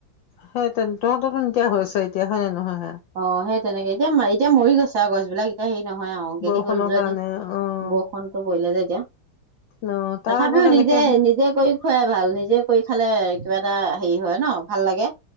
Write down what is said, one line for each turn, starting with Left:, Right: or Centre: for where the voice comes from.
Left: সেই তেন্তে তহঁততো নিতিয়া হৈছে এতিয়া হয় নে নহয়।
Right: অঁ সেই তেনেকে এতিয়া এতিয়া মৰি গৈছে আৰু গছ এইবিলাক এতিয়া আহি নহয় আহ গেলি
Left: বৰষুণৰ
Right: গ'ল যদি
Left: কাৰণে অ',
Right: বৰষুণতটো পৰিলে যে এতিয়া
Left: অ', তাৰ
Right: তথাপিও
Left: আকৌ কেনেকে
Right: নিজে নিজে কৰি খুৱাই ভাল নিজে কৰি খালে। কিবা এটা হেৰি হয় ন ভাল লাগে